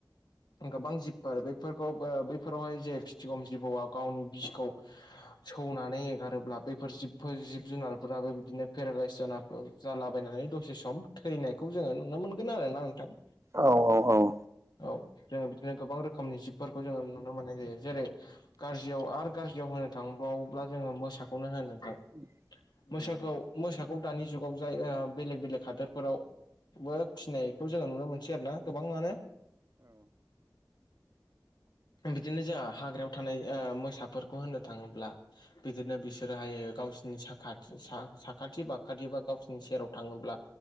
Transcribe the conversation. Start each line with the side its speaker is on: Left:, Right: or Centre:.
Left: गोबां जिबफोर बैफोरखौ ओ बैफोरावहाय जे फिथिगम जिबौआ गावनि बिसखौ सौनानै एगारोब्ला बैफोर जिबफोर जिब जुनारफोराबो बिदिनो पेरालाइस जाना औ जालाबायनानै दसे सम थैनायखौ जोङो नुनो मोनगोन आरोना नोंथां।
Right: औ औ औ
Left: औ जोङो बिदिनो गोबां रोखोमनि जिबफोरखौ जोङो नुनो मोननाय जायो। जेरै गाज्रियाव आरो गाज्रियाव होनो थांबावोब्ला जोङो मोसाखौनो होन नोंथां
Right: <inaudible>
Left: मोसाखौ मोसाखौ दानि जुगाव जाय ओ बेलेग बेलेग हादोरफोराव बो फिसिनायखौ जोङो नुनो मोनसै आरो ना गोबाङानो बिदिनो जाया हाग्रायाव थानाय ओ मोसाफोरखौ होननो थाङोब्ला बिदिनो बिसोरोहाय गावसिनि साखाथि साखाथि बाखाथि बा गावसिनि सेराव थाङोब्ला